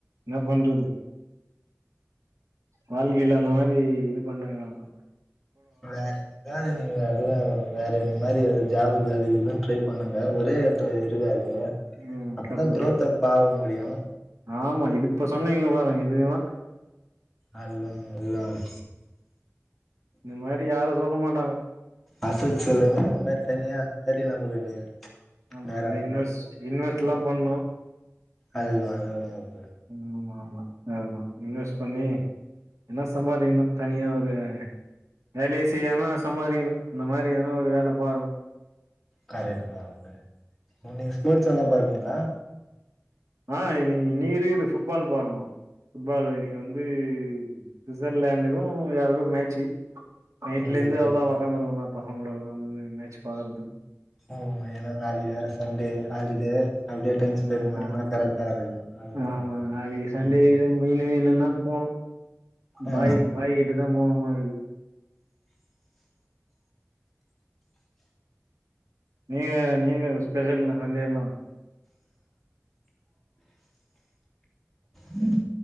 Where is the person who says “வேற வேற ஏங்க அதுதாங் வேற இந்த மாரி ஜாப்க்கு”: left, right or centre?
Centre